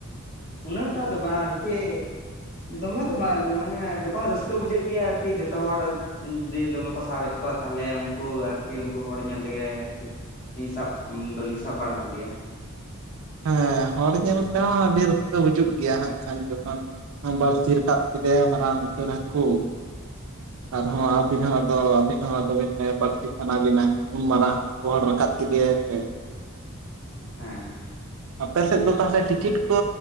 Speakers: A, on the left; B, on the right.
A: ᱩᱱᱟᱜ ᱴᱟᱜ ᱫᱚ ᱵᱟᱝ ᱟᱨᱠᱤ ᱫᱚᱢᱮ ᱫᱚ ᱵᱟᱝ ᱟᱨᱠᱤ ᱢᱟᱱᱮ ᱡᱚᱠᱷᱚᱱ ᱨᱟᱹᱥᱠᱟᱹ ᱵᱩᱡᱷᱟᱜ ᱜᱮᱭᱟ ᱟᱨᱠᱤ ᱡᱚᱛᱚ ᱦᱚᱲ ᱡᱩᱫᱤ ᱫᱚᱢᱮ ᱠᱚ ᱥᱟᱵ ᱮᱫ ᱠᱚᱣᱟ, ᱛᱟᱦᱚᱞᱮ ᱩᱱᱠᱩ ᱟᱨᱠᱤ ᱩᱱᱠᱩ ᱦᱚᱲ ᱧᱮᱞ ᱛᱮᱜᱮ ᱟᱨᱠᱤ <unintelligible> ᱥᱟᱵ ᱫᱚᱞᱤᱧ ᱥᱟᱵ ᱵᱟᱲᱟ ᱠᱚᱜᱮᱭᱟ ᱾
B: ᱦᱮᱸ ᱦᱚᱲ ᱧᱮᱞ ᱛᱮᱦᱚᱸ ᱟᱹᱰᱤ ᱨᱟᱹᱥᱠᱟᱹ ᱵᱩᱡᱩᱜ ᱜᱮᱭᱟ ᱦᱟᱸᱜ ᱠᱷᱟᱱ ᱡᱚᱠᱷᱚᱱ ᱵᱟᱹᱲᱥᱤ ᱨᱟᱠᱟᱵ ᱠᱮᱫᱮᱭᱟ ᱢᱟᱨᱟᱝ ᱩᱛᱟᱨ ᱦᱟᱹᱠᱩ ᱟᱨ ᱦᱚᱸ ᱟᱵᱤᱱ ᱦᱚᱸ ᱟᱫᱚ <inaudible> ᱱᱚᱣᱟ ᱟᱫᱚ ᱵᱤᱱ ᱵᱟᱹᱲᱥᱤ ᱥᱟᱱᱟ ᱵᱤᱱᱟ, ᱩᱱ ᱢᱟᱨᱟᱝ ᱵᱳᱲᱟᱲ ᱨᱟᱠᱟᱵ ᱠᱮᱫᱮᱭᱟᱭ ᱥᱮ
A: ᱦᱮᱸ ᱾
B: ᱟᱯᱮ ᱥᱮᱫ ᱫᱚ ᱛᱟᱦᱚᱞᱮ ᱴᱤᱠᱤᱴ ᱠᱚ